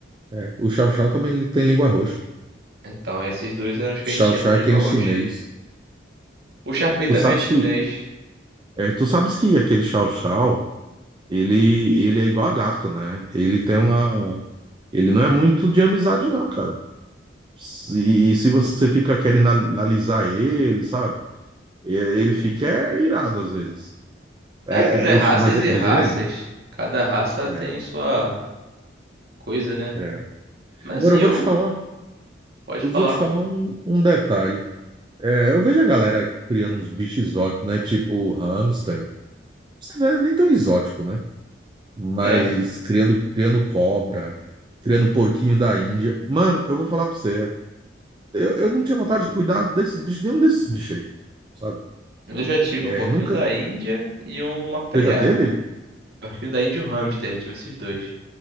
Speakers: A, on the right; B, on the right.
A: É, o Chow Chow também ele tem língua roxa.
B: Então, esses dois eram os que
A: Chow
B: a gente tinha
A: Chow
B: com
A: é
B: língua
A: aquele
B: roxa.
A: chinês.
B: O Sharpei também
A: Tu sabes
B: é chinês.
A: que, é, tu sabes que aquele Chow Chow, ele, ele é igual a gato, né? Ele tem uma, Ele não é muito de amizade, não, cara. Se- E se você fica querendo analisar ele, sabe? E- Ele fica é, irado às vezes. É,
B: É aquilo, é
A: é, eu
B: raças
A: ch- mas, é-
B: e
A: mas
B: raças.
A: ele é lindo.
B: Cada raça
A: É,
B: tem sua coisa, né?
A: é.
B: Mas
A: Agora
B: assim,
A: eu
B: eu.
A: vou te falar,
B: Pode
A: eu
B: falar.
A: vou te falar um, um detalhe. É, eu vejo a galera criando uns bichos exóticos, né? Tipo hamster. Hamster não é nem tão exótico, né? Mas
B: É.
A: criando, criando cobra, criando porquinho da Índia. Mano, eu vou falar pra você. Eu, eu não tinha vontade de cuidar desses bichos, nenhum desses bichos aí. sabe?
B: Eu já tive
A: É,
B: um porquinho
A: nunca.
B: da Índia e uma preá.
A: Você já teve?
B: Porquinho da Índia e um hamster, já tive esses dois.